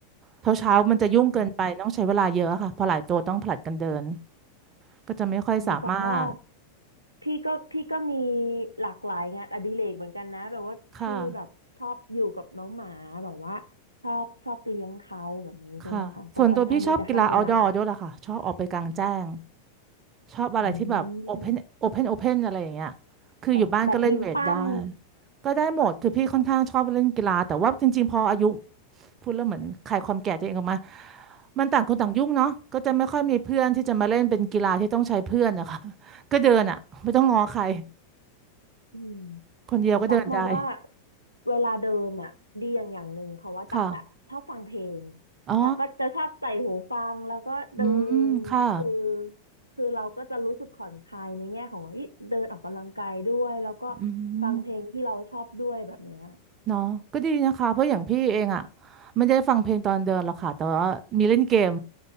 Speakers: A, on the right (about 25°); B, on the right (about 85°).
A: เช้าเช้ามันจะยุ่งเกินไปต้องใช้เวลาเยอะค่ะเพอหลายตัวต้องผลัดกันเดิน
B: อืม
A: ก็จะไม่ค่อยสามารถ
B: อืมแต่ว่าพี่ก็พี่ก็มีหลากหลายงานอดิเรกเหมือนกันนะแบบว่าพี่แบบชอบอยู่กับน้องหมาแบบว่า
A: ค่ะ
B: ชอบชอบเลี้ยงเขาแบบนี้ใช่ไหมคะก็ค่อนข้างที่จะให้เวลา
A: ค่ะส่วนตัวพี่ชอบกีฬา outdoor ด้วยล่ะค่ะชอบออกไปกลางแจ้งชอบอะไรที่แบบ
B: อื
A: open
B: ม
A: open open อะไรอย่างเงี้ยคืออยู่บ้านก็เล่นเวทได้
B: แบบแบดมินตัน
A: ก็ได้หมดคือพี่ค่อนข้างชอบเล่นกีฬาแต่ว่าจริงๆพออายุ พูดแล้วเหมือนขายความแก่ตัวเองออกมามันต่างคนต่างยุ่งเนาะก็จะไม่ค่อยมีเพื่อนที่จะมาเล่นเป็นกีฬาที่ต้องใช้เพื่อนนะคะ <laughs> ก็เดินอ่ะไม่ต้องง้อใคร
B: อืม
A: คนเดียวก็เดินได้
B: แต่ตั๊กมองว่าเวลาเดินอ่ะดีอย่างอย่างหนึ่งเพราะว่าตั๊กอ่ะชอบฟังเพลง
A: ค่ะอ๋อ
B: ตั๊กก็จะชอบใส่หูฟังแล้วก็เดิ
A: อืมค่ะ
B: นคือคือเราก็จะรู้สึกผ่อนคลายในแง่ของเฮ้ยเดินออกกำลังกายด้วยแล้วก็
A: อืม
B: ฟังเพลงที่เราชอบด้วยแบบเนี้ย
A: เนาะก็ดีนะคะเพราะอย่างพี่เองอ่ะไม่ได้ฟังเพลงตอนเดินหรอกค่ะแต่ว่ามีเล่นเกม